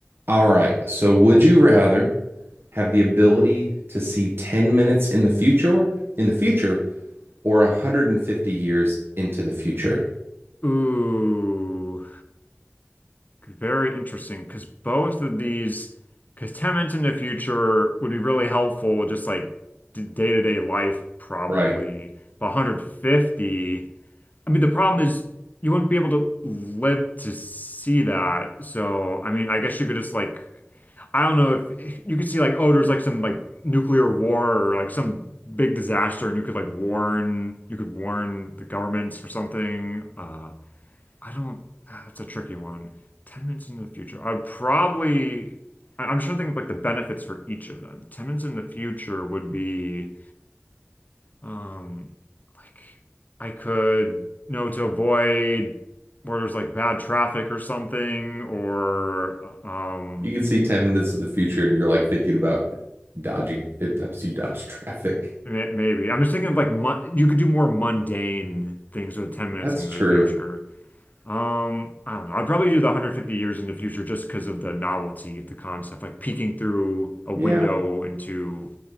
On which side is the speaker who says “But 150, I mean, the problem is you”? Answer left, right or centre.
Left